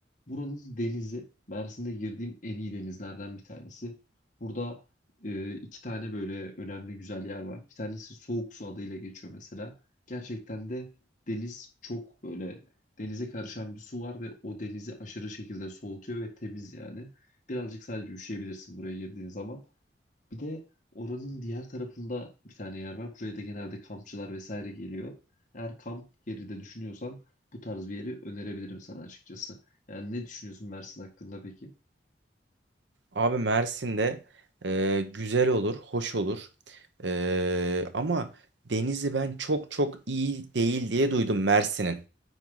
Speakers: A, on the left; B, on the right.
A: Buranın denizi Mersin'de girdiğim en iyi denizlerden bir tanesi. Burada e, iki tane böyle önemli güzel yer var. Bir tanesi Soğuk Su adıyla geçiyor mesela. Gerçekten de deniz çok böyle denize karışan bir su var ve o denizi aşırı şekilde soğutuyor ve temiz yani. Birazcık sadece üşüyebilirsin buraya girdiğin zaman. Bir de oranın diğer tarafında bir tane yer var. Buraya da genelde kampçılar vesaire geliyor. Eğer kamp yeri de düşünüyorsan bu tarz bir yeri önerebilirim sana açıkçası. Yani ne düşünüyorsun Mersin hakkında peki?
B: Abi Mersin'de e, güzel olur, hoş olur. Ee, ama denizi ben çok çok iyi değil diye duydum Mersin'in.